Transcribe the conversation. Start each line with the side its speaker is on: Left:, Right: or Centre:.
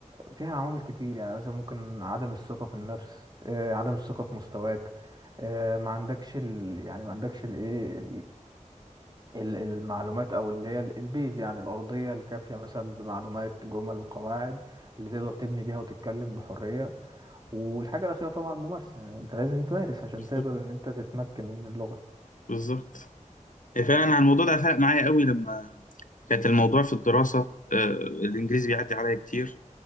Right: فيها عوامل كتير يعني مثلا ممكن عدم الثقه في النفس آه، عدم الثقه في مستواك آه، ما عندكش ال... يعني ما عندكش الايه ال- المعلومات او اللي هي ال- البيز يعني الارضيه الكافيه مثلا بمعلومات جمل قواعد اللي تقدر تبني بيها وتتكلم بحريه والحاجه الاخيره طبعا الممارسه يعني انت لازم تمارس عشان
Left: بالظبط
Right: تقدر ان انت تتمكن من اللغه
Left: بالظبط هي فعلا انا الموضوع ده فرق معايا قوي لما كانت الموضوع في الدراسه آه، الانجليزي بيعدي عليا كتير